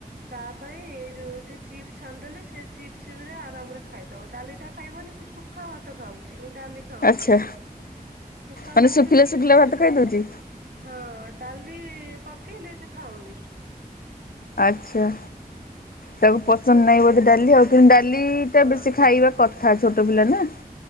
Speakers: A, on the right; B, on the left.
A: ତା ପାଇଁ ଏଇ ଯୋଉ ଗୋଟେ ଚିପ୍ସ ଛାନ୍ଦଦେଲେ, ସେ ଚିପ୍ସ <unintelligible> ଆରାମରେ ଖାଇଦବ, ଡାଲି ଟା ଖାଇବନି ସେ ସୁଖା ଭାତ ଖାଉଛି, ଡାଲି ଖାଉନି,
B: ଆଚ୍ଛା
A: ସୁଖା
B: ମାନେ
A: ଭାତରେ
B: ଶୁଖିଲା
A: ଚିପ୍ସ
B: ଶୁଖିଲା
A: ଖାଇଦେ।
B: ଭାତ ଖାଇଦଉଛି
A: ହଁ ଡାଲି ପକେଇଲେ ସେ ଖାଉନି।
B: ଆଛା, ତାକୁ ପସନ୍ଦ
A: ଶୁଖିଲା
B: ନାହିଁ
A: ଶୁଖିଲା
B: ବୋଧେ ଡାଲି
A: ଖାଉଛି
B: ଆଉ କିନ୍ତୁ ଡାଲି ଟା
A: ହଁ।
B: ବେଶୀ ଖାଇବା କଥା, ଛୋଟ ପିଲା ନା।